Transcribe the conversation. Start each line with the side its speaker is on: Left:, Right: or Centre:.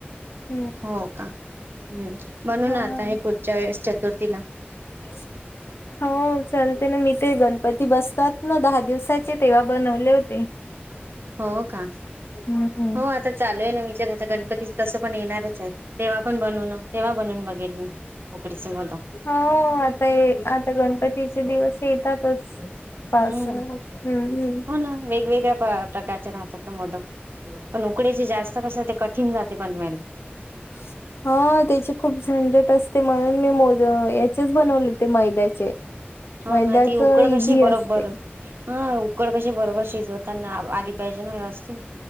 Right: <inaudible>
Left: हम्म
Right: हो का <inaudible> हम्म म्हणून
Left: हा.
Right: आता हे पुढच्या वेळेस चतुर्थीला, <inaudible>
Left: <inaudible> हो चालते ना मी ते गणपती बसतात ना दहा दिवसाचे, तेव्हा बनवले होते. <inaudible>
Right: हो का?
Left: हम्म,
Right: हो
Left: <inaudible>
Right: आता चालू आहे ना आता गणपती तसं पण येणारच आहे तेव्हा पण बनून तेव्हा बनून बघेल मी, <inaudible> मोदक.
Left: <inaudible> हो आता आता गणपतीचे दिवस येतातच. <inaudible>
Right: <inaudible>
Left: पावसाळ्यात
Right: हम्म
Left: हम्म
Right: <inaudible>
Left: हम्म.
Right: हो ना वेगवेगळ्या प्रकारचे राहतात ना मोदक, <inaudible> पण उकडे जे जास्त कस ते कठीण जाते बनवायला, <inaudible>
Left: <inaudible> हो तेची खूप झंजट असते म्हणून मी मो याचेच बनवले हो ते मैद्याचे
Right: हो
Left: मैद्याच
Right: ना ती उकड
Left: इझी
Right: कशी बरोबर.
Left: असते
Right: हा उकड कशी बरोबर शिजवताना आली पाहिजे ना व्यवस्थित.